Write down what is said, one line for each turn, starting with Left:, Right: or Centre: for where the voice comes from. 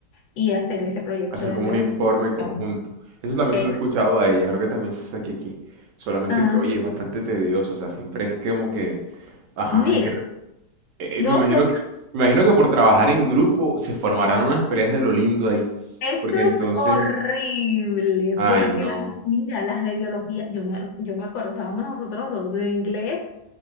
Left: y hacer ese proyecto
Right: Hacer
Left: dentro
Right: como un informe
Left: de...
Right: conjunto.
Left: no,
Right: Eso también
Left: Ex.
Right: se lo he escuchado a ella, creo que también se hace aquí, Solamente
Left: Ah,
Right: que, oye, es bastante tedioso, o sea, siempre es como que, ajá,
Left: mira,
Right: hay que... re- eh, eh,
Left: nosotros
Right: me imagino que, me imagino que por trabajar en grupo se formarán unas peleas de lo lindo ahí,
Left: Eso
Right: porque
Left: es
Right: entonces,
Left: horrible,
Right: ay,
Left: porque
Right: no,
Left: las, mira, las de biología, yo me, yo me acuerdo, estábamos nosotros dos de inglés,